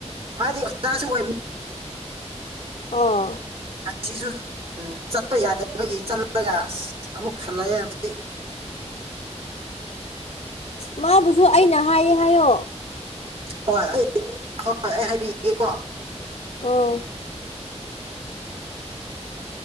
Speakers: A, on the right; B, on the left.
A: ꯃꯥꯗꯤꯁꯨꯀꯣ
B: ꯑꯣ
A: ꯑꯁꯤꯁꯨ ꯆꯠꯄ ꯌꯥꯗꯕꯒꯤ ꯆꯠꯂꯒ ꯑꯃꯨꯛ ꯍꯜꯂꯛꯑꯦ ꯍꯧꯖꯤꯛ
B: ꯃꯥꯕꯨꯁꯨ ꯑꯩꯅ ꯍꯥꯏꯌꯦ ꯍꯥꯏꯌꯣ
A: ꯍꯣꯏ ꯑꯩ ꯍꯣꯏꯣꯏ ꯑꯩ ꯍꯥꯏꯕꯤꯒꯦꯀꯣ
B: ꯑꯣ